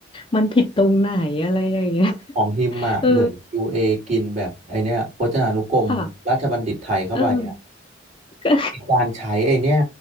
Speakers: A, on the left (about 25°); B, on the right (about 35°).
A: มันผิดตรงไหนอะไรอย่างเงี้ย
B: ของฮิมอ่ะเหมือน
A: เออ
B: QA กินแบบไอเนี้ยพจนานุกรมราชบัณฑิตไทยเข้าไปอ่ะ
A: ค่ะเออก็
B: มีการใช้ไอเนี้ย